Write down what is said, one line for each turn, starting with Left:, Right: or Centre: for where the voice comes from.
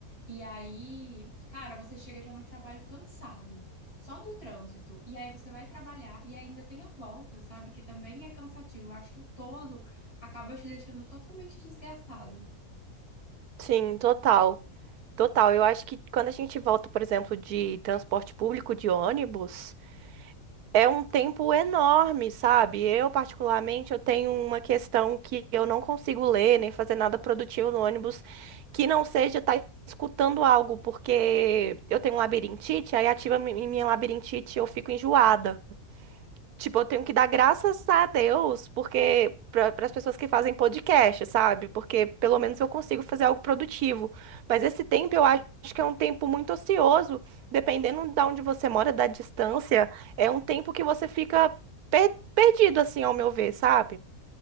Left: E aí, cara, você chega já no trabalho cansado, só do trânsito. E aí você vai trabalhar e ainda tem a volta, sabe? Que também é cansativo. Eu acho que o todo acaba te deixando totalmente desgastado.
Right: Sim, total. Total. Eu acho que quando a gente volta, por exemplo, de transporte público, de ônibus, é um tempo enorme, sabe? Eu, particularmente, eu tenho uma questão que eu não consigo ler nem fazer nada produtivo no ônibus que não seja estar escutando algo, porque eu tenho um labirintite, aí ativa mi- minha labirintite e eu fico enjoada. Tipo, eu tenho que dar graças a Deus, porque para as pessoas que fazem podcast, sabe? Porque pelo menos eu consigo fazer algo produtivo. Mas esse tempo eu acho que é um tempo muito ocioso, dependendo da onde você mora, da distância, é um tempo que você fica per- perdido, assim, ao meu ver, sabe?